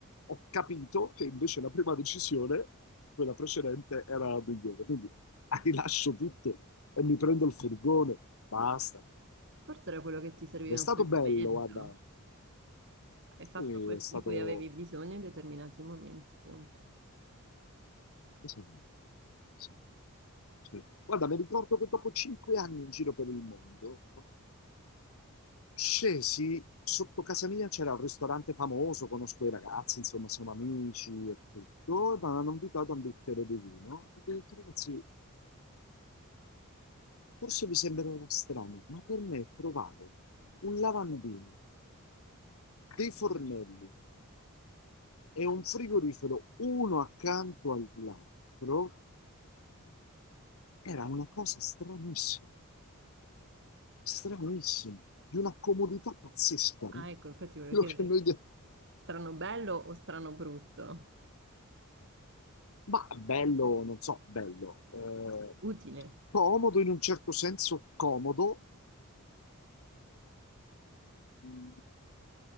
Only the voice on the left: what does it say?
Ho capito che invece la prima decisione, quella precedente, era la migliore. Quindi <laughs> ah, rilascio tutto e mi prendo il furgone, basta.
Ed è
stato
bello, guarda,
eh,
è stato...
che sono- sono- sì. Guarda, mi ricordo che dopo cinque anni in giro per il mondo, scesi sotto casa mia, c'era un ristorante famoso, conosco i ragazzi, insomma, siamo amici e tutto, mi hanno invitato a un bicchiere di vino. Ho detto, ragazzi, forse vi sembrerà strano, ma per me trovare un lavandino, dei fornelli e un frigorifero uno accanto all'altro era una cosa stranissima. stranissimo, di una comodità pazzesca,
no?
quello
che noi... de-
Ma bello, non so, bello. eh,
comodo in un certo senso, comodo. mm,